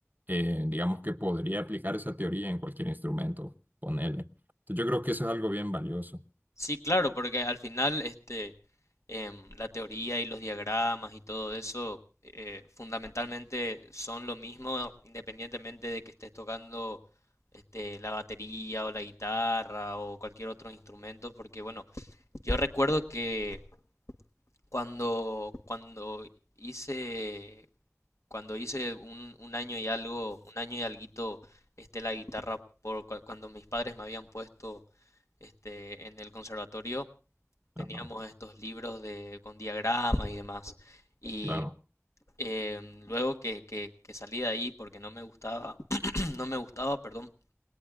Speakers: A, on the right; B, on the left.
A: eh, digamos que podría aplicar esa teoría en cualquier instrumento, ponele. Entonces, yo creo que eso es algo bien valioso.
B: Sí, claro, porque al final este, em, la teoría y los diagramas y todo eso eh, fundamentalmente son lo mismo independientemente de que estés tocando este, la batería o la guitarra o cualquier otro instrumento, porque bueno, yo recuerdo que Cuando, cuando hice, cuando hice un, un año y algo, un año y alguito, este, la guitarra, por, cua- cuando mis padres me habían puesto, este, en el conservatorio, teníamos
A: Ajá,
B: estos libros de, con diagramas y demás. Y
A: claro.
B: em, luego que, que, que salí de ahí porque no me gustaba, <clears throat> no me gustaba, perdón,